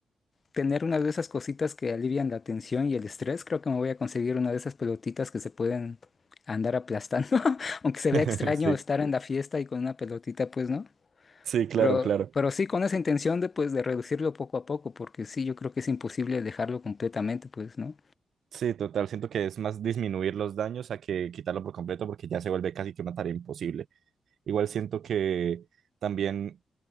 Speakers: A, on the left; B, on the right.
A: tener una de esas cositas que alivian la tensión y el estrés, creo que me voy a conseguir una de esas pelotitas que se pueden andar aplastando, <laughs> aunque se
B: <laughs>
A: vea extraño
B: sí,
A: estar en la fiesta y con una pelotita, pues, ¿no?
B: sí, claro,
A: Pero,
B: claro.
A: pero sí con esa intención de, pues, de reducirlo poco a poco, porque sí, yo creo que es imposible dejarlo completamente, pues, ¿no?
B: Sí, total, siento que es más disminuir los daños a que quitarlo por completo porque ya se vuelve casi que una tarea imposible. Igual siento que también